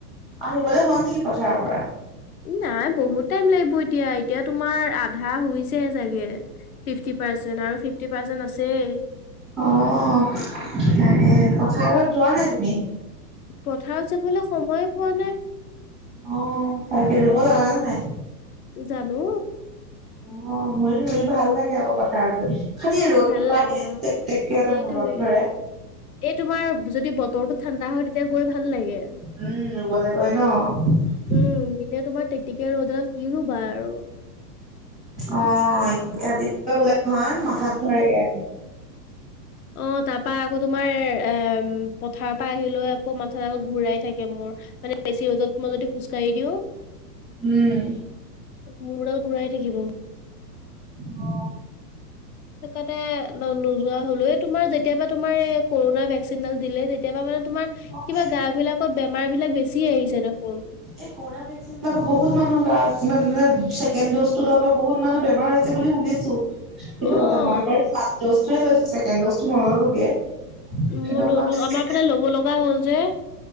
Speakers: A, in the centre; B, on the left.
A: আহিবলে হ'ল নেকি পথাৰৰ পৰা।
B: নাই বহুত টাইম লাগিব এতিয়া এতিয়া তোমাৰ আধা হৈছে চাগে। ফিফটি পাৰ্চেণ্ট আৰু ফিফটি পাৰ্চেণ্ট আছেই।
A: অহ তাকে পথাৰত যোৱা নাই তুমি।
B: পথাৰত যাবলৈ সময়ে পোৱা নাই।
A: অ তাকে ৰুব জানা নে নাই।
B: জানো
A: অ মইয়ো ৰুই ভাল লাগে আক পথাৰত গৈ খালি ৰ'দ
B: ভাল
A: টোপাহে
B: লাগে অ
A: টেক টেক কে
B: সেইটোৱে
A: মূৰত ধৰে।
B: এই তোমাৰ যদি বতৰটো ঠাণ্ডা হয় তেতিয়া গৈ ভাল লাগে।
A: উম ৰুবলে গৈ ন। অ
B: উম তেতিয়া তোমাৰ টেক টেকিয়া ৰ'দত কি ৰুবা আৰু।
A: অ ৰাতিপুৱা ওলাই নহয় মাথাত ধৰেগে
B: অ তাৰ পৰা আকৌ তোমাৰ এ পথাৰৰ পৰা আহি লৈ আকৌ মাথাদাল ঘূৰাই থাকে মোৰ। মানে বেছি ৰ'দত মই যদি খোজকাঢ়ি দিওঁ।
A: উম।
B: মূৰদাল ঘূৰাই থাকিব।
A: অ
B: সেইটো কাৰণে নো নোযোৱা হলো তোমাৰ যেতিয়া পৰা তোমাৰ এই কৰোণাৰ ভেকচিনডাল দিলে তেতিয়া পৰা মানে তোমাৰ কিবা
A: অ এই
B: গা বিলাকত বেমাৰ বিলাক বেছি আহিছে দেখোন।
A: এই কৰুণা ভেক যিবিলাক বহুত মানুহ গা, ইমান মানে ছেকেণ্ড ডজটো লোৱাৰ পৰা বহুত মানুহ বেমাৰ হৈছে বুলি শুনিছো। সেইটো
B: অ',
A: কথা মই বাৰু ফাষ্ট ডজটো লৈছো ছেকেণ্ড ডজটো নললোগে।
B: মই
A: একদম
B: ললো
A: মানে
B: আমাৰ ফালে ল'ব লগা হ'ল যে।